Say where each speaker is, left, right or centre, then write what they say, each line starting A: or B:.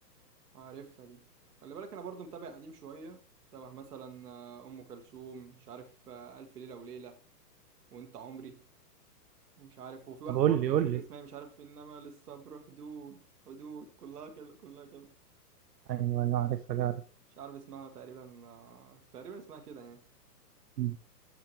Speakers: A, on the right; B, on the right.
A: عارفها دي خلي بالك انا برضو متابع قديم شوية شبه مثلا آه، ام كلثوم مش عارف آه، الف ليلة وليلة وانت عمري ومش عارف وفي واحدة
B: طب قول
A: برضه
B: لي
A: أنا
B: قول
A: مش فاكر
B: لي
A: اسمها مش عارف انما للصبر حدود حدود كلها كده كلها كده
B: ايوه انا عارفها دي عارف
A: مش عارف اسمها تقريبا آه، تقريبا اسمها كده يعني
B: مم.